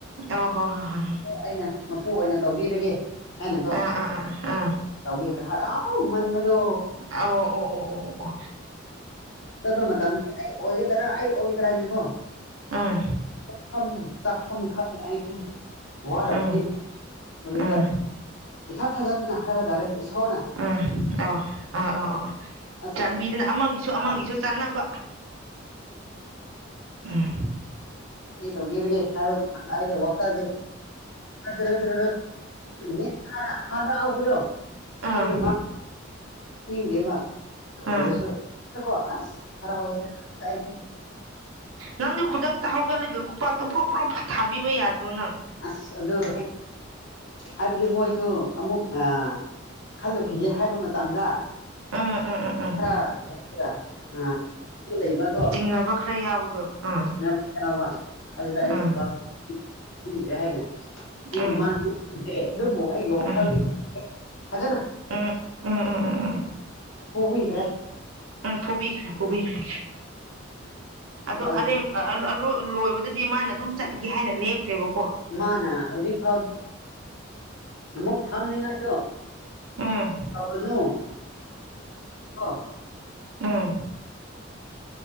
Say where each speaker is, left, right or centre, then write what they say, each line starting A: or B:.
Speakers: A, on the right (about 80°); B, on the left (about 65°).
A: ꯑꯣ ꯍꯣ ꯍꯣꯏ ꯍꯣꯏ ꯍꯣꯏ
B: ꯑꯩꯅ ꯃꯄꯨ ꯑꯣꯏꯅ ꯇꯧꯕꯤꯔꯒꯦ ꯍꯥꯏꯅꯀꯣ
A: ꯑꯥ ꯑꯥ ꯑꯥ ꯑꯥ ꯑꯥ
B: ꯇꯧꯃꯤꯈ꯭ꯔꯦ ꯍꯔꯥꯎ ꯃꯟ ꯃꯗꯣ
A: ꯑꯣ ꯑꯣ ꯑꯣ ꯑꯣ ꯑꯣ ꯑꯣ
B: ꯆꯠꯄ ꯃꯇꯝꯗ ꯑꯩ ꯑꯣꯏꯒꯗ꯭ꯔꯥ ꯑꯩ ꯑꯣꯏꯒꯗ꯭ꯔꯥ ꯍꯥꯏꯅꯀꯣ
A: ꯎꯝ
B: ꯆꯥꯛ ꯆꯥꯛꯐꯝ ꯈꯪꯗꯅ ꯑꯩꯁꯦ ꯋꯥꯔꯕꯗꯤ
A: ꯎꯝ
B: ꯃꯗꯨꯗ
A: ꯎꯝ
B: ꯏꯊꯥ ꯊꯥꯖꯗꯅ ꯍꯥꯏꯕ ꯇꯥꯔꯦ ꯏꯁꯣꯔꯅ
A: ꯑꯥ ꯑ ꯑ ꯑ
B: ꯑꯁ
A: ꯆꯥꯟꯕꯤꯗꯅ ꯑꯃꯒꯤꯁꯨ ꯑꯃꯒꯤꯁꯨ
B: ꯑ
A: ꯆꯥꯟꯅꯕ ꯎꯝ
B: ꯏ ꯇ ꯎꯕꯤꯔꯒꯦ ꯍꯥꯏꯕꯥꯏꯁꯦ ꯋꯥꯈꯔꯁꯤ ꯔ ꯍꯗꯕꯗꯣ
A: ꯑꯥ
B: ꯃꯥ ꯗꯦꯕ ꯑꯣꯏꯔꯁꯨ
A: ꯑꯥ
B: ꯀꯣ ꯑꯁ ꯍꯔꯕꯁꯦ
A: ꯅꯪꯗꯤ ꯈꯨꯗꯛꯇ ꯍꯧꯒꯠꯂꯒ ꯈꯨꯄꯥꯛꯇ ꯄ꯭ꯔꯣ ꯄ꯭ꯔꯣ ꯊꯥꯕꯤꯕ ꯌꯥꯗ꯭ꯔꯣ ꯅꯪ
B: ꯑꯁ ꯑꯗꯨ ꯍꯦꯛ ꯍꯥꯏꯕꯗꯤ ꯃꯣꯏꯁꯨ ꯑꯃꯨꯛ ꯑ ꯈꯜꯂꯨꯈꯤꯒꯦ ꯍꯥꯏꯕ ꯃꯇꯝꯗ
A: ꯎꯝ
B: <unintelligible>
A: ꯎꯝ ꯎꯝ ꯎꯝ
B: ꯂꯩꯕ ꯀꯣ
A: ꯆꯤꯡꯅꯕ ꯈꯔ ꯌꯥꯎꯕꯗꯣ ꯎꯝ
B: ꯌꯥꯕ ꯑꯗꯨꯗ ꯑꯩ
A: ꯎꯝ
B: ꯈꯨꯕꯥꯛ <unintelligible> ꯍꯥꯏꯅ ꯃꯣꯏ
A: ꯎꯝ
B: ꯃꯃꯥꯡꯗ꯭ꯔꯦ ꯑꯗꯨꯕꯨ ꯑꯩꯒꯤ ꯋꯥꯈꯜꯗꯤ
A: ꯎꯝ
B: ꯐꯖꯅ
A: ꯎꯝ ꯎꯝ ꯎꯝ ꯎꯝ ꯎꯝ
B: <unintelligible>
A: ꯎꯝ ꯐꯨꯕꯤꯈ꯭ꯔꯦ ꯐꯨꯕꯤꯈ꯭ꯔꯦ ꯑꯗꯨ
B: ꯑꯩꯁꯦ
A: ꯑꯔꯩ ꯂꯣꯏꯕꯗꯗꯤ ꯃꯥꯅ ꯑꯗꯨꯝ ꯆꯠꯂꯒꯦ ꯍꯥꯏꯅ ꯂꯦꯞꯈ꯭ꯔꯦꯕꯀꯣ
B: ꯃꯥꯅꯥ ꯍꯧꯖꯤꯛ ꯐꯥꯎꯗꯤ ꯑꯃꯨꯛ ꯐꯝꯅꯤꯉꯥꯏꯗꯣ
A: ꯎꯝ
B: ꯇꯧꯔꯅꯨ ꯀꯣ
A: ꯎꯥ